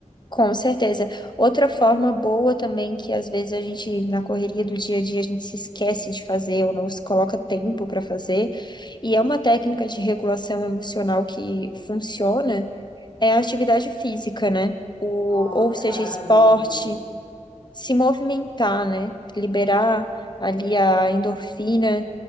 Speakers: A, on the left (about 35°); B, on the right (about 45°).
A: Com certeza. Outra forma boa também que às vezes a gente, na correria do dia a dia, a gente se esquece de fazer ou não se coloca tempo para fazer, e é uma técnica de regulação emocional que funciona, é a atividade física, né? O,
B: Nossa,
A: ou
B: isso é
A: seja,
B: maravilhoso.
A: esporte, se movimentar, né? Liberar ali a endorfina